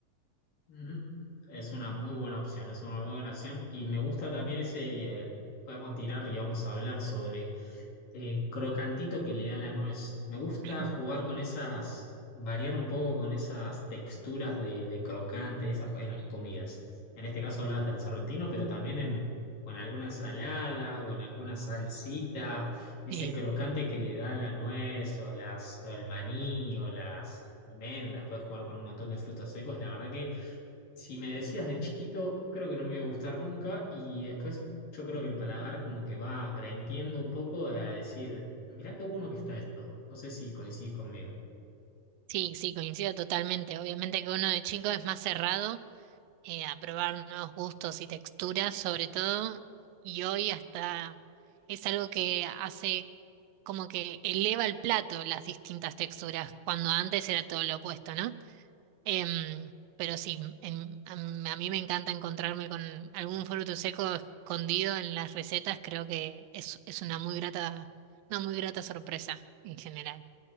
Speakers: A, on the left (about 75°); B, on the right (about 85°).
A: Mm, Es una muy buena opción, es una muy buena opción. Y me gusta también ese, podemos tirar y vamos a hablar sobre el crocantito que le da la nuez. Me gusta
B: <clears throat>
A: jugar con esas, variar un poco con esas texturas de, de crocante, esas co- en las comidas. En este caso hablabas del sorrentino, pero también en, o en alguna ensalada o en alguna salsita, ese
B: Eh,
A: crocante que le da la nuez o las, o el maní o las almendras, puedes jugar con un montón de frutos secos, la verdad que si me decías de chiquito, creo que no me iba a gustar nunca y después yo creo que el paladar como que va aprendiendo un poco a decir, mirá qué bueno que está esto. No sé si coincidís conmigo.
B: sí, sí, coincido totalmente. Obviamente que uno de chico es más cerrado eh, a probar nuevos gustos y texturas, sobre todo, y hoy hasta es algo que hace como que eleva el plato las distintas texturas, cuando antes era todo lo opuesto, ¿no? Em, pero sí, em, a, m- a mí me encanta encontrarme con algún fruto seco escondido en las recetas, creo que es, es una muy grata, una muy grata sorpresa en general.